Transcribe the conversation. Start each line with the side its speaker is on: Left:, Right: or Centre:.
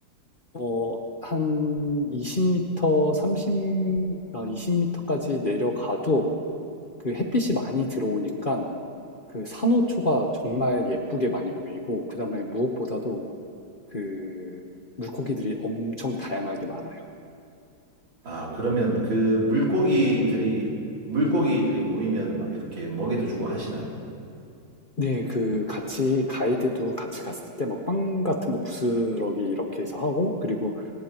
Left: 어, 한 20m, 30, 아, 20m까지 내려가도 그 햇빛이 많이 들어오니까 그 산호초가 정말 예쁘게 많이 보이고, 그 다음에 무엇보다도 그 물고기들이 엄청 다양하게 많아요.
Right: 아, 그러면 그 물고기들이, 물고기들이 모이면 막 이렇게 먹이도 주고 하시나요?
Left: 네, 그 같이 가이드도 같이 갔을 때 막 빵 같은 거 부스러기 이렇게 해서 하고, 그리고